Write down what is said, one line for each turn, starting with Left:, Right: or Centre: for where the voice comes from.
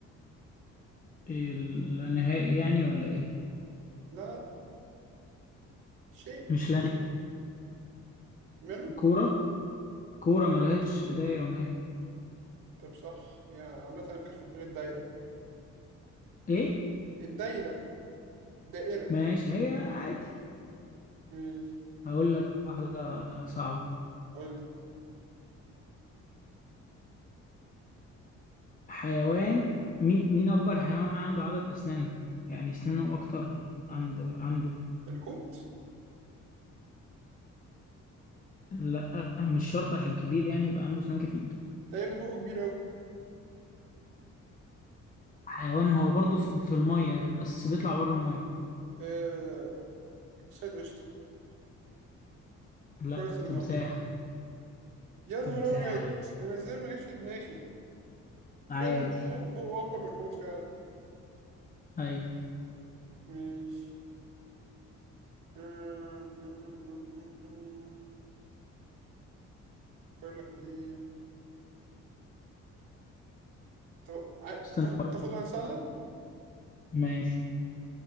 Left: النهائي يعني ولا إيه
Right: لا لا شيء
Left: مش لا
Right: ماله
Left: كورة كورة ملهاش بداية ونهاية
Right: طب صح يا عامه كانت في دماغي الدايره
Left: إيه
Right: الدايره دائره
Left: ماشي هي عادي
Right: مش
Left: هقول لك واحدة صعبة
Right: قول لي
Left: حيوان مين مين أكبر حيوان عنده عدد أسنان يعني أسنانه أكتر عند عنده
Right: الحوت
Left: لا مش شرط عشان كبير يعني يبقى عنده أسنان كتير
Right: ده يا ابني بقه كبير قوي
Left: حيوان هو برضه في في المية كده بس بيطلع بره المية
Right: <laughs> آه... سيد قشطه
Left: لا
Right: فرس
Left: التمساح
Right: النهر يا
Left: تمساح
Right: نهار ابيض انا ازاي ما جاش في دماغي
Left: عادي
Right: فعلا بقه بقه اكبر من الحوت فعلا
Left: أيوه
Right: مش آه، آه، آه، آه، آه، آه. بيقول لك في إيه تب- ع-
Left: استنى
Right: تاخ- تاخد واحد سهلة
Left: ماشي